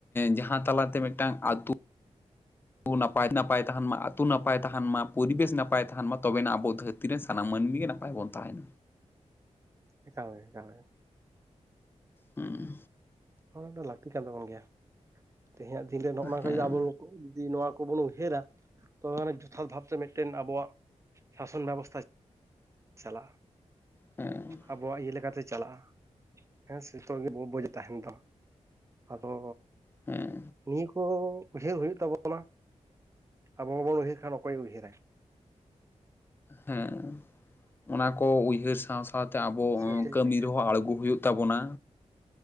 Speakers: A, on the left; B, on the right.
A: ᱡᱟᱦᱟᱸ ᱛᱟᱞᱟᱛᱮ ᱢᱤᱫᱴᱟᱝ ᱟᱛᱩ ᱱᱟᱯᱟᱭ ᱱᱟᱯᱟᱭ ᱛᱟᱦᱮᱱ ᱢᱟ ᱟᱛᱩ ᱱᱟᱯᱟᱭ ᱛᱟᱦᱮᱱ ᱢᱟ, ᱯᱚᱨᱤᱵᱮᱥ ᱱᱟᱯᱟᱭ ᱛᱟᱦᱮᱱ ᱢᱟ ᱛᱚᱵᱮᱱᱟᱜ ᱟᱵᱚ ᱫᱷᱟᱹᱨᱛᱤ ᱛᱤᱨᱮ ᱥᱟᱱᱟᱢ ᱢᱟᱹᱱᱢᱤ ᱜᱮ ᱱᱟᱯᱟᱭ ᱵᱚᱱ ᱛᱟᱦᱮᱱ᱾
B: ᱮᱠᱟᱞ ᱮᱠᱟᱞ ᱮ
A: ᱦᱮᱸ᱾
B: ᱱᱚᱣᱟ ᱢᱤᱫᱴᱟᱝ ᱞᱟᱹᱠᱛᱤ ᱠᱟᱱ ᱛᱟᱵᱚᱱ ᱜᱮᱭᱟ ᱛᱮᱦᱮᱧᱟᱜ ᱫᱤᱱᱨᱮ ᱱᱚᱜᱚᱭ ᱱᱚᱝᱠᱟ
A: ᱦᱮᱸ
B: ᱡᱤ ᱟᱵᱚᱼᱼ ᱦᱟᱹᱭ ᱡᱩᱫᱤ ᱱᱚᱣᱟ ᱠᱚᱵᱚᱱ ᱩᱭᱦᱟᱹᱨᱟ ᱛᱚ ᱡᱚᱛᱷᱟᱛ ᱵᱷᱟᱵᱛᱮ ᱢᱮᱫᱴᱮᱱ ᱟᱵᱚᱣᱟᱜ ᱥᱟᱥᱚᱱ ᱵᱮᱵᱚᱥᱛᱷᱟ ᱪᱟᱞᱟᱜᱼᱟ᱾
A: ᱦᱮᱸ᱾
B: ᱟᱵᱚᱣᱟᱜ ᱤᱭᱟᱹ ᱞᱮᱠᱟᱛᱮ ᱪᱟᱞᱟᱜᱼᱟ ᱦᱮᱸ ᱥᱮ ᱡᱚᱛᱚ‌ ᱜᱮ ᱵᱩᱡᱮ ᱛᱟᱦᱮᱱ ᱛᱟᱢᱟ᱾ ᱟᱫᱚ
A: ᱦᱮᱸ
B: ᱱᱤᱭᱟᱹ ᱠᱚ ᱩᱭᱦᱟᱹᱨ ᱦᱩᱭᱩᱜ ᱛᱟᱵᱚᱱᱟ, ᱟᱵᱚ ᱵᱟᱵᱚᱱ ᱩᱭᱦᱟᱹᱨ ᱠᱷᱟᱱ ᱚᱠᱚᱭᱮ ᱩᱭᱦᱟᱹᱨᱟ᱾
A: ᱦᱮᱸ ᱚᱱᱟ ᱠᱚ ᱩᱭᱦᱟᱹᱨ ᱥᱟᱶ ᱥᱟᱶ ᱥᱟᱶᱛᱮ ᱟᱵᱚ
B: ᱥᱮ
A: ᱦᱚᱸ
B: ᱪᱮᱫ
A: ᱠᱟᱹᱢᱤ
B: ᱞᱮᱠᱟ
A: ᱨᱮᱦᱚᱸ ᱟᱬᱜᱳ ᱦᱩᱭᱩᱜ ᱛᱟᱵᱚᱱᱟ᱾